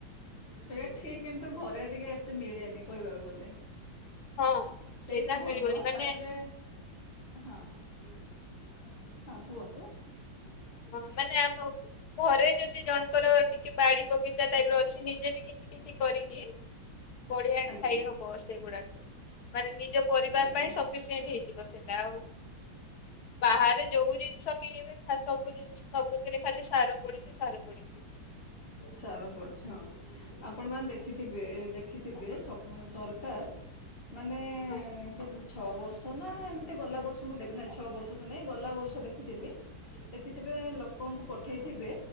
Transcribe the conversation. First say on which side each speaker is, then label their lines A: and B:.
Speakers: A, on the left (about 25°); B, on the left (about 60°).
A: ସେଇଆା ଠିକ କିନ୍ତୁ ଘରେ ଟିକେ ଏତେ ମିଳେନି କହିବାକୁ ଗଲେ।
B: ହଁ।
A: ସେଇଟା ଭଲ
B: ମିଳିବନି ମାନେ
A: ତାପରେ ହଁ। ହଁ କୁହନ୍ତୁ। ହୁ <unintelligible>
B: ହଁ ମାନେ ଆମ ଘରେ ଯଦି ଜଣଙ୍କର ଟିକେ ବାଡ଼ି ବଗିଚା ଟାଇପ୍ ର ଅଛି ନିଜେ ବି କିଛି କିଛି କରିକି ବଢିଆ
A: ଆଜ୍ଞା
B: ଖାଇ ହବ ସେଗୁଡାକୁ ମାନେ ନିଜ ପରିବାର
A: ଆଜ୍ଞା।
B: ପାଇଁ ସବୁ ସଫିସେଣ୍ଟ ହେଇଯିବ ସେଇଟା ଆଉ ବାହାରେ ଯୋଉ ଜିନିଷ କିଣିବେ ଫା ସ ସବୁ ଜିନ୍ ସବୁଥିରେ ଖାଲି ସାର ପଡିଚି ସାର ପଡିଚି।
A: ସାର ପଡୁଛି ହଁ ଆପଣ ମାନେ ଦେଖିଥିବେ ଦେଖିଥିବେ ସରକାର ମାନେ
B: ହଁ
A: କେ ଛଅ ବର୍ଷ ସନା ଏମିତି ଗଲା ବର୍ଷ ମୁଁ ଦେଖିନାହିଁ ଛଅ ବର୍ଷ ତ ନାଇଁ ଗଲା ବର୍ଷ ଦେଖିଥିଲି। ଦେଖିଥିବେ ଲୋକଙ୍କୁ ପଠେଇଥିବେ